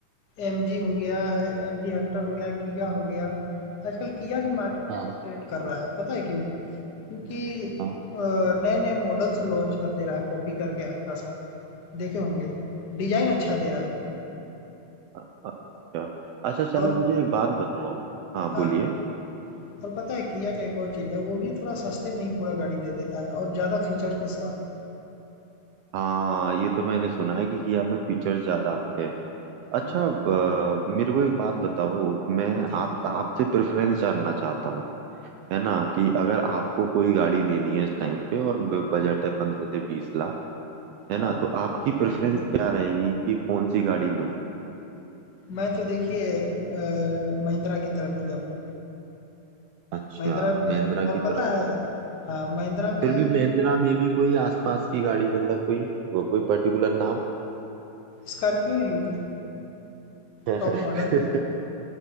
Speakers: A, on the left; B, on the right.
A: एमजी हो गया है, एमजी हेक्टर हो गया, किया हो गया। आजकल किया भी मार्केट में
B: हाँ
A: बहुत ट्रेंड कर रहा है, पता है क्यों? क्योंकि
B: हाँ
A: अ, नए-नए मॉडल्स लॉन्च कर दे रहा है, कॉपी करके हल्का सा, देखे होंगे। डिजाइन अच्छा दे रहा है
B: अच्छा अच्छा चलो
A: और
B: मुझे एक बात बताओ हाँ
A: हाँ,
B: बोलिए
A: और पता है किया का एक और चीज़ है, वो भी थोड़ा सस्ते में ही पूरा गाड़ी दे देता है और ज़्यादा फीचर्स के साथ।
B: हाँ ये तो मैंने सुना है कि किया में फीचर्स ज्यादा आते हैं अच्छा
A: हम्म, हम्म।
B: अ, मेरे को एक बात बताओ मैं
A: जी,
B: आप
A: जी,
B: आपसे प्रेफरेंस जानना चाहता हूँ है ना कि अगर
A: हाँ,
B: आपको कोई गाड़ी लेनी है इस टाइम पे और बजट है पंद्रह से बीस लाख है ना
A: हाँ,
B: तो आपकी प्रेफरेंस
A: ठीक है।
B: क्या रहेगी कि कौन सी गाड़ी लूँ
A: मैं तो देखिए अ, महिंद्रा की तरफ ही जाऊंगा।
B: अच्छा
A: महिंद्रा
B: महिंद्रा
A: में और
B: की
A: पता
B: तरफ
A: है हाँ महिंद्रा में
B: फिर भी महिंद्रा में भी कोई आसपास की गाड़ी मतलब कोई वो कोई पर्टिकुलर नाम
A: स्कॉर्पियो ही लूंगा
B: <laughs>
A: Top model